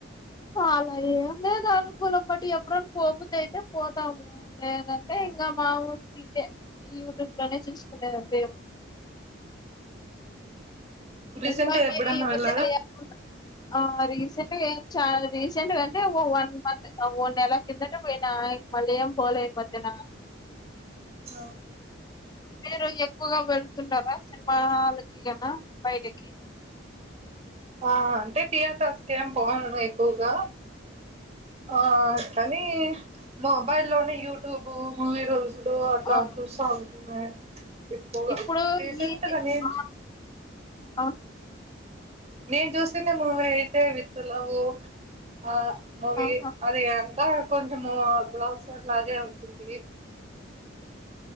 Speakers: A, on the left; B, on the right.
A: అలా ఏం లేదు అనుకూలం బట్టి ఎప్పుడయినా పోబుద్ది అయితే పోతాము లేదం టె ఇంగ మా ఊరు <unintelligible> యూట్యూబ్ లోనే చూసుకునేది అంతే ఇగ మేము
B: రీసెంట్
A: ఇంకా
B: గా
A: మీరు
B: ఎప్పుడన్నా
A: ఈ
B: వెళ్ళారా
A: మధ్యన ఏమైన ఆ రిల్స్ రీసెంట్గా ఎం చాలా రీసెంట్ గా అంటే ఓ వన్ మంత్ ఓ నెల కిందట పోయిన ఇగ మళ్ళీ ఏం పోలే ఈ మధ్యన
B: ఆ
A: మీరు ఎక్కువగా వెళ్తున్నారా సినిమా హాల్ కి గన బయటికి
B: ఆ అంటే థియేటర్స్ కి ఏం పోము ఎక్కువగా ఆ కానీ మొబైల్ లోనే యూట్యూబ్ మూవీ రూల్స్ డు అట్లా
A: అవును.
B: చూస్తా ఉంటా ఎక్కువగా
A: ఇప్పుడు
B: రీసెంట్గా
A: ఈ
B: నేన్
A: ఆ!
B: చుస్
A: ఆ
B: నేను చూసిండే మూవీ అయితే విత్ లవ్ ఆ మూవి
A: ఆహా!
B: అది అంత కొంచెము అట్లా సర్ లాగే ఉంటుంది